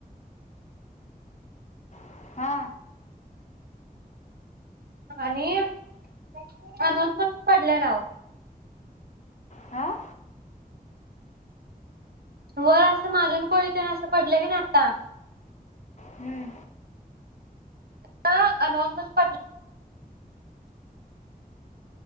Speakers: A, on the left; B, on the right.
A: <inaudible> हा
B: आणि <unintelligible> अनोनच पडले नाव.
A: हां
B: वर असं मालन कोळी तेना असं पडलं की, नाही आता
A: हम्म,
B: तसं अनोन पण पडलं